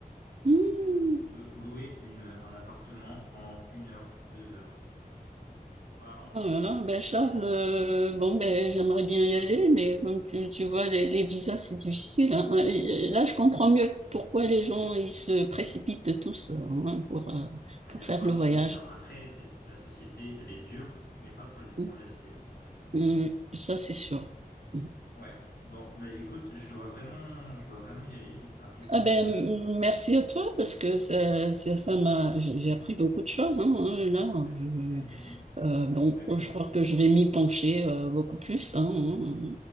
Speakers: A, on the right; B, on the left.
A: Mm.
B: On peut louer une, un appartement en une heure, deux heures, pas en
A: Oh là là, ben
B: deux
A: Charles,
B: semaines.
A: euh, bon ben j'aimerais bien y aller, mais comme tu, tu vois, les, les visas c'est difficile. hein. Et Là, je comprends mieux pourquoi les gens ils se précipitent tous euh, hein, pour euh,
B: Bah,
A: pour
B: Il y a
A: faire
B: plein
A: le
B: de
A: voyage.
B: choses bien. Après, c'est, la société, elle est dure, mais pas pour les étrangers.
A: Hum,
B: Si t'es étranger, c'est bon.
A: hum, ça c'est sûr. Hum.
B: Ouais. Bon, bah, écoute, je dois vraiment, je dois vraiment y aller, mais c'était un plaisir
A: Ah ben
B: de,
A: m-
B: de discuter
A: merci
B: sur
A: à
B: ça.
A: toi parce que ça ça ça m'a j'ai j'ai appris beaucoup de choses hein, hein, là.
B: Ouais.
A: Je-
B: <laughs>
A: euh, bon,
B: Bah écoute,
A: je crois
B: euh,
A: que je vais m'y pencher euh, beaucoup plus. hein. hein.